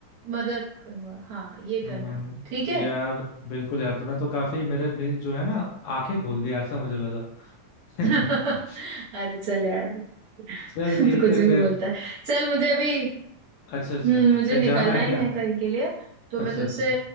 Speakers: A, on the right (about 65°); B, on the left (about 75°).
A: मदद करूंगा हाँ ये
B: हम्म
A: करना ठीक है
B: यार बिल्कुल यार तूने तो काफी मेरे मेरी जो है ना आंखें खोल दिया ऐसा मुझे लगा <laughs>
A: <laughs> अरे चल यार
B: चल
A: <laughs>
B: ठीक
A: तो कुछ
B: है
A: भी
B: फिर
A: बोलता है चल मुझे अभी
B: अच्छा अच्छा
A: हम्म मुझे
B: कहीं
A: निकलना
B: जाना है
A: ही
B: क्या
A: है कहीं के लिए तो
B: अच्छा
A: मैं तुझसे
B: अच्छा